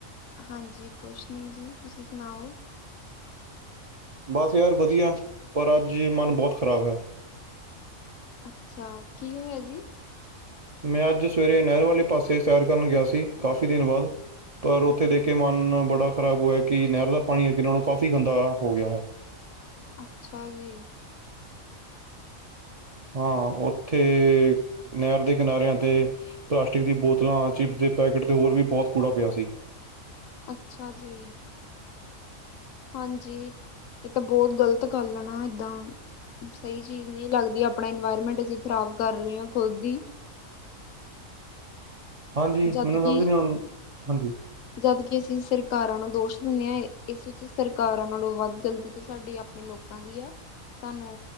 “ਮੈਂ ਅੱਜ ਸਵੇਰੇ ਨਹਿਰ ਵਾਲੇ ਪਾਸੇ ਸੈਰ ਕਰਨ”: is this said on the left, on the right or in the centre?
Right